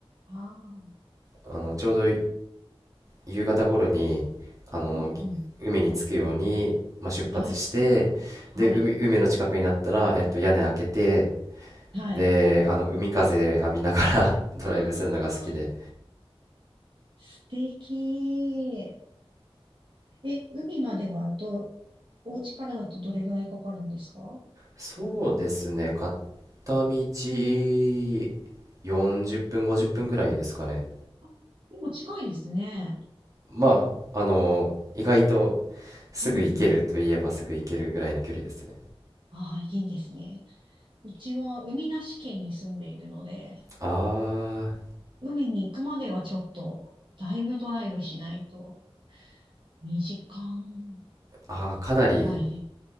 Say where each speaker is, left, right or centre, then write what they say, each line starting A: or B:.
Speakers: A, on the right (about 55°); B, on the right (about 35°).
A: ああ。
B: あのちょうど夕方頃にあのぎ海に着くように、
A: うんうん。
B: まあ、出発してで海、
A: はい。はい。
B: 海の近くになったら、えっと、屋根開けて
A: はい。
B: であの海風浴びながら <laughs> ドライブするのが好きで
A: ああ、素敵。え、海まではど、お家からだとどれぐらいかかるんですか
B: そうですね片道40分50分ぐらいですかね
A: あ、でも近いですね。
B: まああの意外とすぐ行けるといえばすぐ行けるぐらいの距離ですね
A: うんうん。ああ、いいですね。うちは海なし県に住んでいるので、
B: あー
A: 海に行くまではちょっと、だいぶドライブしないと、2時間
B: あーかなり
A: ぐらいで。